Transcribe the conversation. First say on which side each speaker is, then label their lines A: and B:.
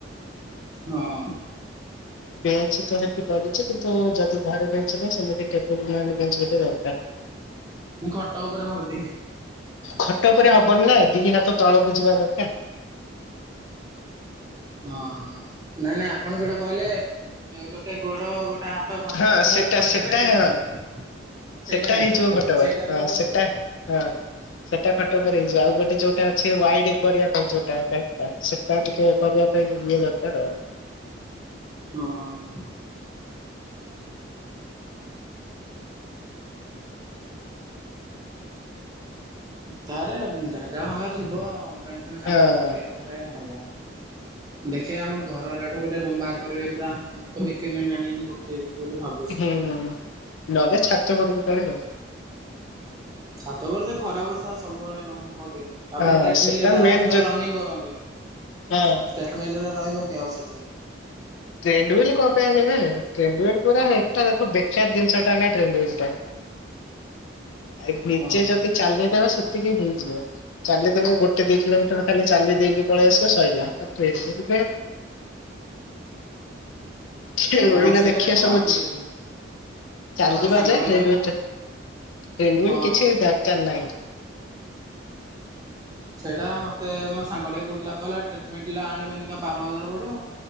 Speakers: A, on the right (about 20°); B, on the left (about 80°).
A: ନହଁ।
B: ବେଞ୍ଚ ତ ସେଠି ପଡିଚି, କିନ୍ତୁ ଯଦି ଘରେ ବେଞ୍ଚ ହେଲା, ସେମିତି ଟେବୁଲ ନହଲେ ବେଞ୍ଚ ଗୋଟେ ଦରକାର। <inaudible>
A: ମୁଁ ଖଟ ଉପରେ କରିଦିିଏ।
B: ଖଟ ଉପରେ ହବନି ନା, ଦିି ହାତ ତଳକୁ ଯିବା ଦରକାର।
A: ଅଁ ହଁ ନାଇଁ ନାଇଁ ଆପଣ ଯୋଉଟା କହିଲେ ଗୋଟେ ଗୋଡ ଗୋଟେ ହାତ୍- ତ ଖଟ
B: ହଁ
A: ମାନେ
B: ସେଟା
A: ଉପରେ
B: ସେଟା
A: ଦେବେ ବେଞ୍ଚ
B: ହଁ।
A: ଉପରେ ସେଇଟା
B: ସେଟା
A: ହେଇଯାଉଛି।
B: ହେଇଯିବ ଖଟ ଉପରେ
A: ସେଇଟାକୁ
B: ହଁ
A: ହିଁ ତ
B: ସେଟା
A: କରୁ-
B: ହଁ ସେଟା ଖଟ ଉପରେ ହେଇଯିବ। ଆଉ ଗୋଟେ ଯୋଉଟା ଅଛି ୱାଇଡ୍ କରିବା ପାଇଁ ଯୋଉଟା ବାକ୍ ଟା। ସେ- ଆ ଟିକେ କରିବା ପାଇଁ ଇଏ ଦରକାର ଆଉ।
A: ହଁ। ତାର ଜାଗା ଫାଗା ଥିବ ବେଞ୍ଚ ଫେଞ୍ଚ
B: ହଁ
A: ଆଣିକି ପକେଇବା ପାଇଁ ଘରେ ହବ।
B: <inaudible>
A: ଦେଖିଆ ଆମ ଘର ହେଲାଠୁ ଗୋଟେ ରୁମ ବାହାର କରିବି ପୁରା, ସବୁ ଇକ୍ୟୁମେଣ୍ଟ ଆଣିକିଣି ପକେଇବି ବୋଲି ଭାବୁ-
B: ହୁଁ ହୁଁ। ନହେଲେ ଛାତ ଉପରକୁ ପଳେଇବ ଆଉ।
A: ଛାତ ଉପରେ ସେ ଖରା ବର୍ଷା ସବୁବେଳେ କଣ ହବ କି? ତାପରେ
B: ହଁ
A: ଟ୍ରେଟ୍
B: ସେଟା
A: ମିଲ୍ ଟା
B: ମେନ୍
A: ସେଟା
B: ଯଦି
A: ରନିଂ କରନ୍ତି।
B: ହଁ
A: ଟ୍ରେଟ୍ ମିଲ୍ ଟା ରହିବ କି ଆଉ ସେଠି?
B: ଟ୍ରେଣ୍ଡ୍ ହୁଇଲ୍ କ ପାଇଁ ଦରକାର କି ଟ୍ରେଣ୍ଡ ହୁଇଲ୍ ପୁରା ହୋଟା ତାକୁ ଦେଖେଆ ଜିନିଷ ଟା ହେଲା ଟ୍ରେଣ୍ଡ୍ ହୁଇଲ୍ ଟା। ଏଇକ୍ ନିଜେ
A: ଓହୋ
B: ଯଦି ଚାଲିବା ସେତିକି ହେଇଯିବ। ଚାଲିଦେବେ ଗୋଟେ ଦି କିଲୋମିଟର ଖାଲି ଚାଲି ଦେଇକି ପଳେଇ ଆସିବ ସଇଲା। ଆଉ ଟ୍ରେଡ୍ ହୁଇଲ କଣ- ଖେଳିବା
A: ହଁ ସେଇଟା
B: ବି କଣ
A: ମୁଁ
B: ଦେଖିବା ସବୁକିଛି।
A: ଭାବୁଥିଲି ମୋର
B: ଚାଲିଯିବା
A: ଗୋଟେ ସାଙ୍ଗଟେ
B: ଯା ଟ୍ରେଣ୍ଡ୍
A: କହିଲା
B: ହୁଇଲ୍ ତା ଟ୍ରେଣ୍ଡ୍ ହୁଇଲ୍
A: ହଁ
B: କିଛି
A: ତ
B: ବି ଦରକାର ନାହିଁ।
A: ସେଇଟା ମତେ ମୋ ସାଙ୍ଗ ଟେ କହୁଥିଲା। କହିଲା ଟ୍ରିଟମେଣ୍ଟଲା ଆଣିବ ଏନିକା ବାର ହଜାର ପଡିବ।